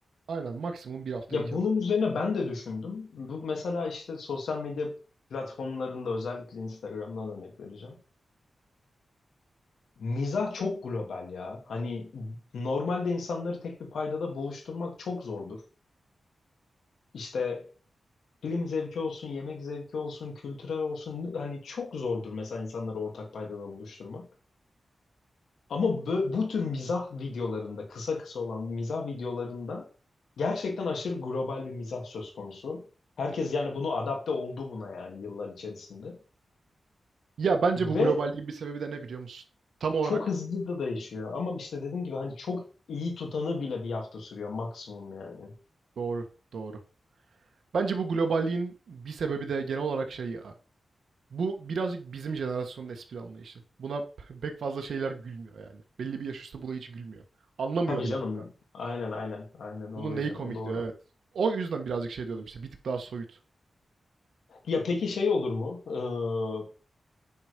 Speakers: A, on the right; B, on the left.
A: Aynen maksimum bir hafta
B: Ya
A: iki
B: bunun
A: hafta.
B: üzerine ben de düşündüm. Bu mesela işte sosyal medya platformlarında özellikle Instagram'dan örnek vereceğim. Mizah çok global ya. Hani normalde insanları tek bir paydada buluşturmak çok zordur. İşte film zevki olsun, yemek zevki olsun, kültürel olsun hani çok zordur mesela insanları ortak paydada buluşturmak. Ama bö- bu tür mizah videolarında, kısa kısa olan mizah videolarında gerçekten aşırı global bir mizah söz konusu. Herkes
A: Doğru.
B: yani bunu adapte oldu buna yani yıllar içerisinde.
A: Ya bence
B: Ve
A: bu globalliğin bir sebebi de ne biliyor musun? Tam olarak
B: Çok hızlı da değişiyor ama işte dediğim gibi hani çok iyi tutanı bile bir hafta sürüyor maksimum yani.
A: doğru doğru. Bence bu globalliğin bir sebebi de genel olarak şey ya. Bu birazcık bizim jenerasyonun espri anlayışı. Buna <laughs> pek fazla şeyler gülmüyor yani. Belli bir yaş üstü buna hiç gülmüyor. Anlamıyor
B: Tabii
A: bile
B: canım.
A: hatta.
B: Aynen aynen. Aynen o
A: Bunun
B: öyle.
A: neyi komikti
B: O doğru.
A: evet. O yüzden birazcık şey diyordum işte bir tık daha soyut.
B: Ya peki şey olur mu? Ee,